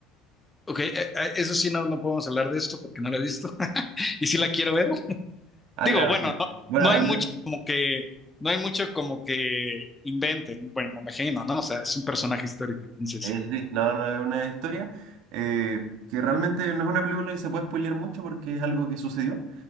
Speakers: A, on the left; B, on the right.
A: Ok, eh, eh, eso sí, no, no podemos hablar de esto porque no lo he visto <laughs> y sí la quiero ver.
B: Ah,
A: Digo,
B: claro.
A: bueno,
B: claro.
A: no,
B: Bueno,
A: no
B: al
A: hay mucho
B: menos,
A: como que, no hay mucho como que inventen, bueno, me imagino, ¿no? O sea, es un personaje histórico, entonces.
B: eh, sí, no, no es una historia eh, que realmente no es una película que se puede spoilear mucho porque es algo que sucedió.